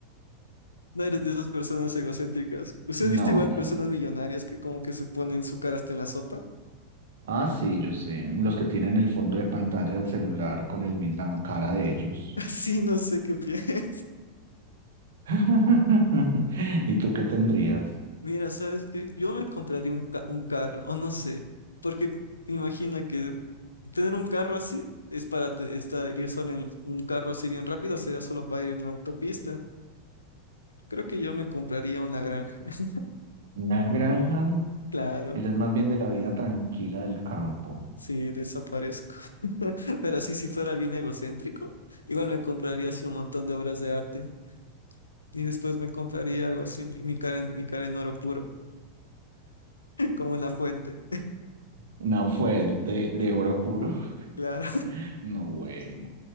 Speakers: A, on the left; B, on the right.
A: No eres de esas personas egocéntricas. ¿Usted
B: No.
A: ha visto igual personas millonarias que como que se ponen su cara hasta en la sopa? <laughs>
B: Ah, sí, yo sé. Los que tienen el fondo de pantalla del celular con el, mi- la cara de ellos.
A: Sí, no sé qué piensas.
B: <laughs> ¿Y tú qué tendrías?
A: Mira, ¿sabes qué? Yo me compraría un, ca- un carro, o no sé, porque imagina que tener un carro así es para te- estar, ir solo en un carro así bien rápido, sería solo para ir en la autopista. Creo que yo me compraría una granja, <laughs>
B: Una granja.
A: claro,
B: Eres más bien de la vida tranquila del campo.
A: sí, desaparezco. <laughs> Pero así, si fuera bien egocéntrico, igual me compraría así un montón de obras de arte y después me compraría algo así, mi mi cara en, mi cara en oro puro, <laughs> como una fuente.
B: Una fuente
A: Eh,
B: de oro puro.
A: Claro,
B: <laughs> No, güey.